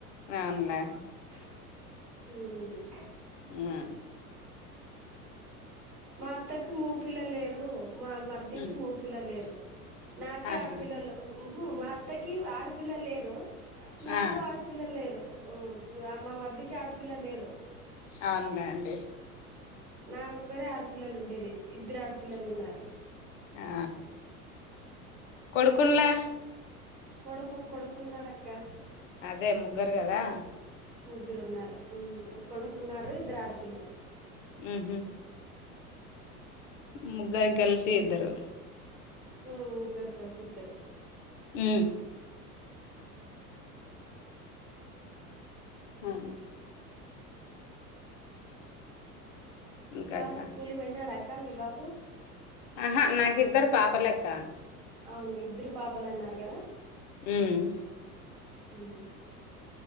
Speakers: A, on the left (about 55°); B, on the right (about 85°).
A: అవునులే
B: మ్
A: ఆ
B: మా అత్తకి మోగ పిల్లలు లేరు మా మర్దికి
A: హ్మ్
B: మోగ పిల్లలు లేరు నాకే
A: ఆహా
B: ఆడపిల్లలు మ్ హు మా అత్తకి ఆడపిల్లలు లేరు నాకు
A: ఆ
B: ఆడపి పిల్లలు లేరు మా మర్దికి ఆడపిల్లలు లేరు
A: అవున్లేండి
B: నాకొక్కరే ఆడ పిల్లలు ఉండేది ఇద్దరు ఆడ పిల్లలు ఉన్నారూ
A: ఆ కొడుకుల్నే
B: కొడుకు కొడుకున్నాడక్క
A: అదే ముగ్గురు కదా
B: ముగ్గురున్నారు మ్ ఓ కొడుకున్నారు ఇద్దరు ఆడపిల్లలు
A: మ్ హు ముగ్గురికి కల్సి ఇద్దరు
B: మ్ ముగ్గురు కలిసి ఇద్దరు
A: మ్ ఆ ఇంకా
B: బాబు
A: అక్క
B: స్కూల్ కు పోయినాడ అక్కా మీ బాబు
A: ఆహా నాకిద్దరు పాప లె అక్క
B: అవును ఇద్దరు పాపలే అన్నారు కదా
A: మ్
B: మ్